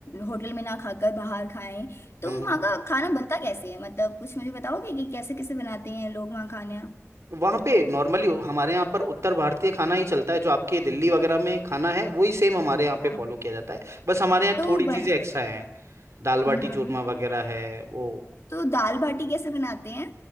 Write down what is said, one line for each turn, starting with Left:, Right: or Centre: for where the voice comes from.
Left: होटल में ना खाकर बाहर खाएं तो
Right: हम्म
Left: वहाँ का खाना बनता कैसे है मतलब कुछ मुझे बताओगे कि कैसे कैसे बनाते हैं लोग वहाँ खाने हाँ
Right: वहाँ पे नॉर्मली हमारे यहाँ पर उत्तर भारतीय खाना ही चलता है जो आपके दिल्ली वगैरह में खाना है वही सेम हमारे यहाँ
Left: हाँ
Right: पे फॉलो किया जाता है बस हमारे यहाँ
Left: तो
Right: थोड़ी
Left: बन
Right: चीजें एक्स्ट्रा हैं दाल बाटी
Left: हम्म
Right: चूरमा वगैरह है वो
Left: तो दाल बाटी कैसे बनाते हैं